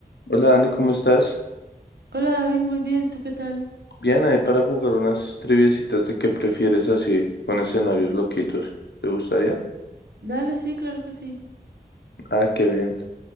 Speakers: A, on the left (about 90°); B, on the right (about 75°).
A: Hola Dani, ¿cómo estás?
B: Hola David, muy bien, ¿tú qué tal?
A: Bien, ahí para jugar unas triviecitas de qué prefieres así, con escenarios loquitos. ¿Te gustaría?
B: Dale, sí, claro que sí.
A: Ah, qué bien.